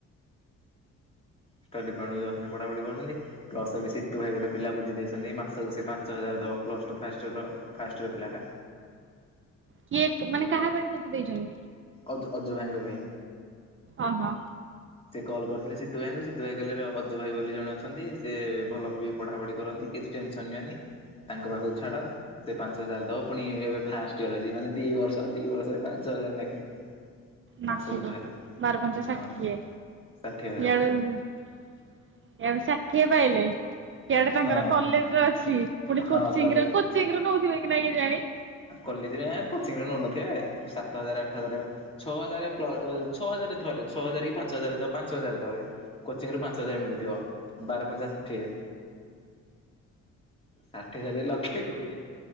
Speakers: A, on the left (about 20°); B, on the right (about 40°).
A: ଷ୍ଟଡି ପଏଣ୍ଟ କୁ ଯାଉଛନ୍ତି ପଢା ପଢି କରୁଛନ୍ତି। ପ୍ଲସ ଏବେ ସିତୁ ଭାଇ ଗୋଟେ ପିଲା ବୁଝି ଦେଇେଚନ୍ତି ମାସୁକୁ ସେ ପାଞ୍ଚ ହଜାର ଦବ ପ୍ଲସ୍ ଟୁ ଫାର୍ଷ୍ଟ ଇୟର ର। ଫାଷ୍ଟ ଇୟର ପିଲାଟା।
B: କିଏ ମାନେ କାହା ପାଇଁ ବୁଝି ଦେଇେଚି?
A: ଅଜୁ ଅଜୁ ଭାଈଙ୍କ ପାଇଁ।
B: ଅ ହ।
A: ସେ କଲ୍ କରିଥିଲେ ସୀତୁ ଭାଈଙ୍କୁ ସି। ସୀତୁ ଭାଈ କାଇଲେ ର ଅଜୁ ଭାଈ ବୋଲି ଜଣେ ଅଛନ୍ତି ସେ ଭଲ ବି ପଢା ପଢି କରନ୍ତି କିଛି ଟେନସନ୍ ନିଅନି। ତାଙ୍କ ପାଖୁକୁ ଛାଡ। ସେ ପାଞ୍ଚ ହଜାର ଦବ ଫୁଣି ଏବେ ଫାଷ୍ଟ ଇୟର ଅଛି ମାନେ ଦି ବର୍ଷ ଦି ବର୍ଷରେ ପାଞ୍ଚ ହଜାରେ ନେଖେ <inaudible>
B: ମାସୁକୁ
A: ଧରେ
B: ବାରପଞ୍ଚା ଷାଠିଏ।
A: ହଁ ଷାଠିଏ ହଜାର
B: ଇଆଡୁ ଇଆଡୁ ଷାଠିଏ ପାଇଲେ ସିଆଡେ ତାଙ୍କର
A: ହଁ
B: କଲେଜ ର ଅଛି ପୁଣି
A: ହଁ
B: କୋଚିଂ
A: କଲେଜ
B: ର କୋ ଶୀଘ୍ର ନେଉଥିବେ କି ନାହିଁ କେଜାଣି?
A: ଆଁ କଲେଜରେ ଏଁ କୋଚିଂ ରେ ନଉନଥିବେ ସାତ ହଜାରେ ଆଠ ହଜାରେ ଛଅ ହଜାରେ ପ୍ଳ ଛଅ ହଜାରେ ଧରେ ଛଅହଜାରେ କି ପାଞ୍ଚ ହଜାରେ ଧ ପାଞ୍ଚ ହଜାରେ ଧରେ କୋଚିଂ ରୁ ପାଞ୍ଚ ହଜାର ମିଳୁଥିବ ବାର ପଞ୍ଚା ଷାଠିଏ। ଷାଠିଏ ଷାଠିଏ ଲକ୍ଷେ କୋଡିଏ।